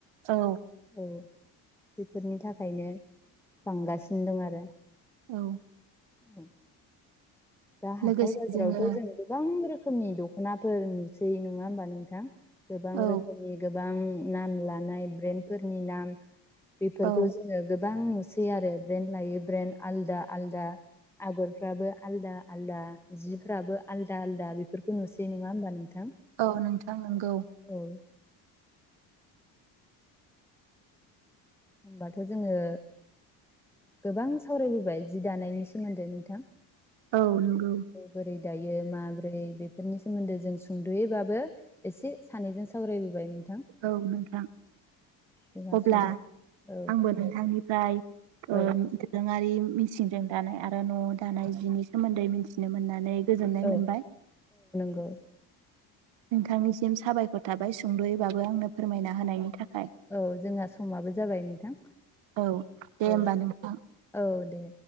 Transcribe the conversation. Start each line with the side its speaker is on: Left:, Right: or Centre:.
Right: औ
Centre: औ बेफोरनि थाखायनो बांगासिनो दं आरो
Right: औ
Centre: औ दा हाथाय
Right: लोगोसे
Centre: बाजारावथ
Right: जोङो
Centre: जों गोबां रोखोमनि दखनाफोर नुसै नङा होमबा नों थां गोबां
Right: औ
Centre: रोखोमनि गोबां नाम लानाय ब्रेन्डफोरनि नाम बेफोरखौ
Right: औ
Centre: जोङो गोबां नुसै आरो ब्रेन्ड लायै ब्रेन्ड आलदा आलदा आगरफ्राबो आलदा आलदा जिफ्राबो आलदा आलदा बेफोरखौ नुसै नङा होमबा नोंथां
Right: औ नोंथां नंगौ
Centre: औ होमबाथ जोङो गोबां सावरायबोबाय जि दानायनि सो खोनादो नोंथां
Right: औ नंगौ
Centre: जिखौ बोरै दायो माबोरै बेफोरनि सो सोमोन्दो जों सुंदयैबाबो एसे सानैजों सावरायबोबाय नो
Right: औ नोंथां
Centre: जोंहा
Right: अब्ला
Centre: समबो औ
Right: आंबो नोंथांनि जाय <inaudible> ओ
Centre: औ
Right: <inaudible> ङारि मिसिनजों दानाय आरो न दानाय जिनि सोमोन्दै मिथिनो मोननानै गोजोननाय
Centre: औ
Right: मोनबाय।
Centre: <inaudible> नोंथां
Right: नोंथांनिसिम साबायखर थाबाय सुंद यैबाबो आंनो फोरमायना होनायनि था
Centre: औ जोंना समाबो जाबाय नोंथां
Right: औ दे होमबा
Centre: ओ
Right: नोंथां
Centre: औ दे